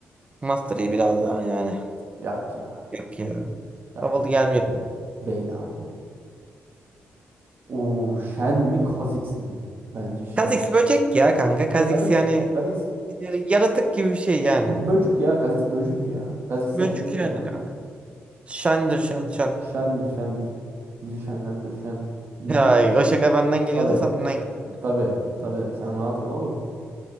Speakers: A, on the right; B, on the right.
A: Master Yi biraz daha yani.
B: Yak ya.
A: Yok ya.
B: Yak
A: Havalı
B: yok.
A: gelmiyor bana.
B: Vayne abi Vayne. Oo Shen mi Kha'Zix mi? Bence Shen.
A: Kha'Zix böcek ya kanka. Kha'Zix
B: Kha'Zix.
A: yani,
B: Kha'Zix
A: yani yaratık gibi bir şey yani.
B: Böcük ya. Kazix böcük ya. Kazix seçmem
A: Böcek yani
B: ya kankam.
A: kanka. Şendir şen şen.
B: Şendir şendir. Bizi şenlendir şen. Yiğit.
A: Ay, o şaka benden geliyordu
B: Tabi
A: senden geldi.
B: tabi tabi. Sen rahat ol oğlum.